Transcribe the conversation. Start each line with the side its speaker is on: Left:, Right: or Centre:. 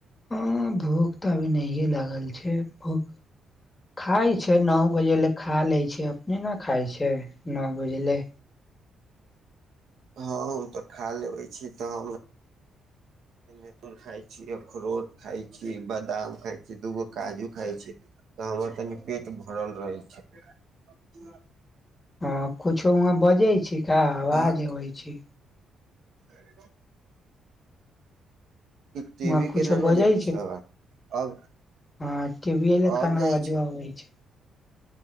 Left: हँ भूख तऽ अभी नहिए लागल छै। फेर भुख खाय छै नओ बजे ले खा ले छै अपने न खााय छी एह नौ बजलै
Right: हँ हम तऽ खा लेबै छी तऽ हम <unintelligible> खाय छी अखरोट खाय छी बादाम खाय छी दूगो काजू खाय छी। तऽ हमर तनि पेट भरल रहै छै।
Left: हँ कुछो वहाँ बजै छै का आवाज
Right: अहाँ
Left: अबै छै
Right: <unintelligible> टी
Left: वहाँ
Right: भी
Left: कुछो
Right: के ननु
Left: बजै
Right: जाइ छै आवाज अब
Left: हँ टीबीये लखा
Right: अब
Left: नु
Right: जाइ
Left: अबाजो आबइ छै।